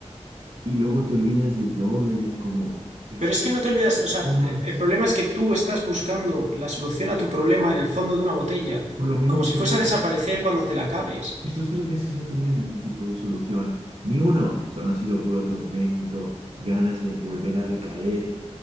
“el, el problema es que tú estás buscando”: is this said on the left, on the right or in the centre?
Right